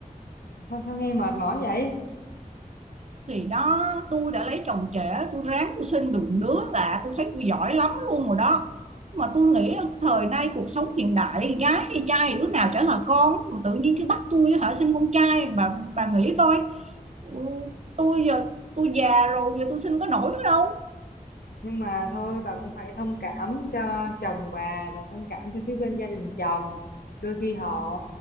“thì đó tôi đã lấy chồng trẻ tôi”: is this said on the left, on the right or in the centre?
Right